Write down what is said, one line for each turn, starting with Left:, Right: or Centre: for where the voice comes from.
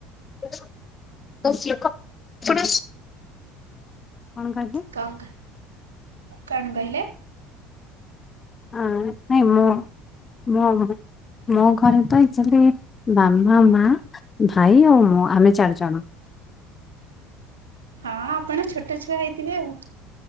Left: ବହୁତ ଲୋକ ଆପଣ କଣ କହିଲେ?
Right: କଣ କଣ କହିଲେ?
Left: ହଁ ନାଇ ମୁଁ ମୋ ମୋ ଘରେ ତ ଆଚୁଆଲି ବାବା ମା ଭାଇ ଆଉ ମୁଁ ଆମେ ଚାରିଜଣ।
Right: ହଁ ଆପଣ ଛୋଟଛୁଆ ହେଇଥିବେ ଆଉ।